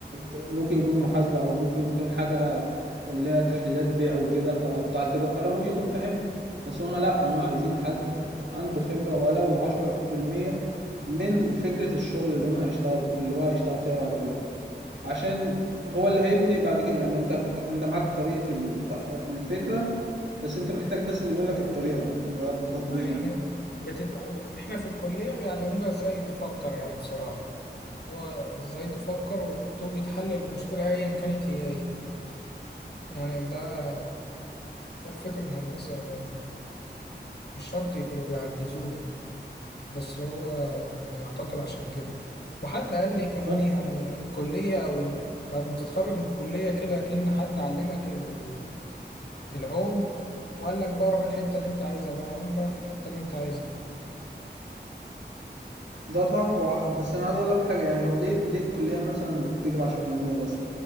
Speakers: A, on the right (about 80°); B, on the left (about 65°).
A: ممكن يكون محاسبة او ممكن يكون حاجة اللي هي تحليلات بيع وكده فبتاع التجارة ممكن يكون فاهمها بس هما لا هما عايزين حد عنده خبرة ولو عشرة في المية من فكرة الشغل اللي هما هيشتغل اللي هو هيشتغل فيها بعد كده عشان هو اللي هيبني بعد كده يعني انت هتت... انت معاك طريقة الت... الفكرة بس انت محتاج بس اللي
B: اه
A: يقول لك الطريقة بقى اللي هو التطبيق
B: ما يعني بتت... بت... احنا في الكلية بيعلمونا ازاي نفكر يعني بصراحة اللي هو ازاي تفكر وتوجد حل للمشكلة ايا كانت هي ايه يعني ده ده الفكر الهندسي عموما مش شرط يكونوا بيعجزونا بس هو يعني أعتقد عشان كده وحد قال لي كمان
A: بس.
B: يعني الكلية أو ال- بعد ما تتخرج من الكلية كده كأن حد علمك ال- العوم وقال لك بقى روح الحتة اللي أنت عايزها بقى عوم بقى في الحتة اللي أنت عايزها
A: ده صح و... بس انا عايز اقول لك حاجة يعني هو ليه ليه الكلية مثلا بتديك العشرة في المية بس